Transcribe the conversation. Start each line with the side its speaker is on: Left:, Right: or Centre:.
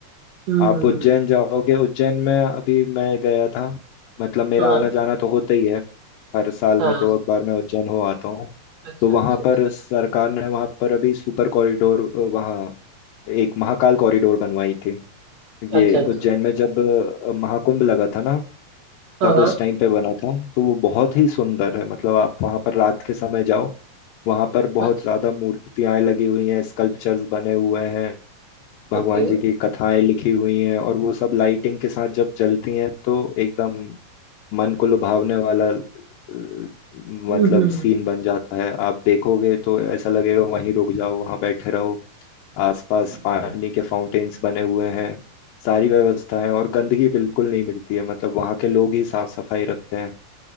Right: हम्म
Left: आप उज्जैन जाओगे उज्जैन में अभी मैं गया था मतलब मेरा
Right: हाँ
Left: आना जाना तो होता ही है हर साल
Right: हाँ
Left: में दो अखबार में उज्जैन हो आता हूँ
Right: अच्छा
Left: तो वहाँ
Right: अच्छा अच्छा
Left: पर सरकार ने वहाँ पर अभी सुपर कॉरिडोर वहाँ एक महाकाल कॉरिडोर बनवाई थी
Right: अच्छा
Left: ये
Right: अच्छा
Left: उज्जैन में जब अ, महाकुंभ लगा था ना
Right: हाँ
Left: तब
Right: हाँ
Left: उस टाइम पे बना था तो वो बहुत ही सुंदर है मतलब आप वहाँ पर रात के समय जाओ वहाँ पर बहुत
Right: अच्छा
Left: ज्यादा मूर्तियां लगी हुई हैं स्कल्पचर्स बने हुए हैं भगवान
Right: ओके
Left: जी की कथाएं लिखी हुई हैं और वो सब लाइटिंग के साथ जब जलती हैं तो एकदम मन को लुभावने वाला अ,
Right: हम्म
Left: मतलब
Right: हम्म हम्म।
Left: सीन बन जाता है आप देखोगे तो ऐसा लगेगा वहीं रुक जाओ वहां बैठे रहो आसपास
Right: हम्म।
Left: पानी के फाउंटेन्स बने हुए हैं सारी व्यवस्था है और गंदगी बिल्कुल नहीं मिलती है मतलब वहाँ के लोग ही साफ सफाई रखते हैं